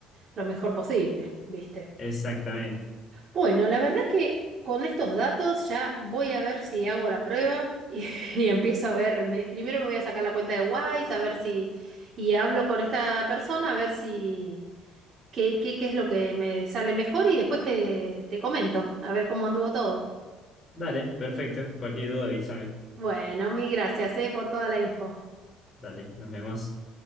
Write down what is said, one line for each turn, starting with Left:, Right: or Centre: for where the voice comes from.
Right: lo mejor posible, ¿viste?
Left: Exactamente.
Right: Bueno, la verdad que con estos datos ya voy a ver si hago la prueba y, <laughs> y empiezo a ver, me- primero me voy a sacar la cuenta de Wise, a ver si, y hablo con esta persona, a ver si, qué, qué, qué es lo que me sale mejor y después te, te comento, a ver cómo anduvo todo.
Left: Dale, perfecto. Cualquier duda avísame.
Right: Bueno, mil gracias, eh, por toda la info.
Left: Dale, nos vemos.